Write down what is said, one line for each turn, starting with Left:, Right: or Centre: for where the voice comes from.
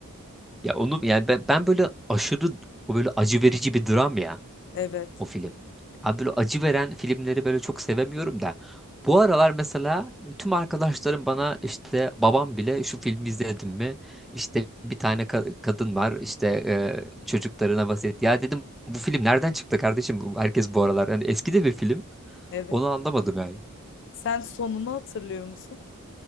Centre: ya onu yani ben, ben böyle aşırı o böyle acı verici bir dram ya.
Left: Evet,
Centre: o film. Abi böyle acı veren filmleri böyle çok sevemiyorum da. Bu aralar mesela tüm arkadaşlarım bana işte babam bile şu filmi izledin mi? İşte bir tane ka- kadın var işte e, çocuklarına vasiyet. Ya dedim bu film nereden çıktı kardeşim? Bu- Herkes bu aralar. Yani eski de bir film.
Left: evet.
Centre: Onu anlamadım yani.
Left: Sen sonunu hatırlıyor musun?